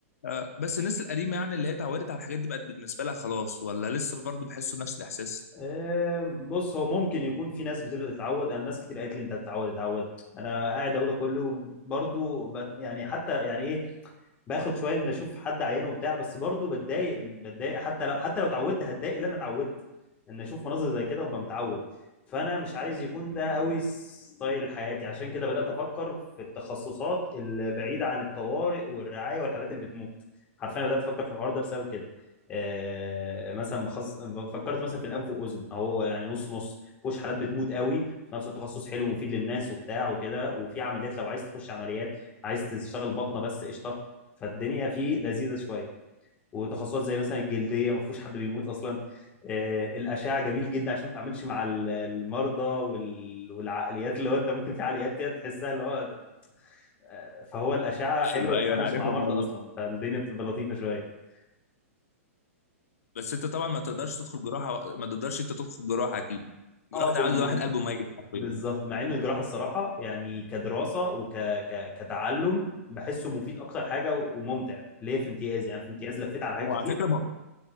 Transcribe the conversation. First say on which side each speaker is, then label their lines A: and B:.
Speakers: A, on the left (about 80°); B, on the left (about 15°).
A: آه، بس الناس القديمه يعني اللي هي اتعودت على الحاجات دي بقت بالنسبه لها خلاص ولا لسه برضه بيحسوا نفس الاحساس
B: آه بص هو ممكن يكون في ناس بتبدا تتعود انا ناس كتير قالت لي انت هتتعود اتعود انا قاعد اهو ده كله برضو بت- يعني حتى يعني ايه باخد شويه ان اشوف حد عيان وبتاع بس برضو بتضايق من بتضايق حتى لو حتى لو اتعودت هتضايق اللي انا اتعودت ان اشوف مناظر زي كده وابقى متعود فانا مش عايز يكون ده قوي ستايل حياتي عشان كده بدات افكر في التخصصات البعيده عن الطوارئ والرعايه والحالات اللي بتموت حرفيا بدات افكر في الحوار ده بسبب كده آه مثلا بخص... فكرت مثلا في الانف واذن اهو يعني نص نص فيهوش حالات بتموت قوي وفي نفس التخصص حلو ومفيد للناس وبتاع وكده وفي عمليات لو عايز تخش عمليات عايز تشتغل بطنه بس قشطه فالدنيا فيه لذيذه شويه وتخصصات زي مثلا الجلديه ما فيهوش حد بيموت اصلا آه، الاشعه جميل جدا عشان ما تتعاملش مع ال- المرضى وال... والعقليات اللي هو انت ممكن في عقليات كده تحسها اللي هو طب، آه، فهو الاشعه حلوه
A: ايوه
B: ما
A: ايوه
B: تتعاملش
A: انا عارفهم
B: مع مرضى
A: أنا.
B: اصلا فالدنيا بتبقى لطيفه شويه
A: بس انت طبعا ما تقدرش تدخل جراحه ما تقدرش انت تدخل جراحه اكيد
B: اه
A: جراحه
B: بال...
A: ده عاوز
B: بال...
A: واحد قلبه ميت حرفيا
B: بالظبط مع ان الجراحه الصراحه يعني كدراسه وك ك... كتعلم بحسه مفيد اكتر حاجه و- وممتع ليه في امتياز يعني في امتياز لفيت على حاجات
A: وعلى
B: كتير
A: فكره ما-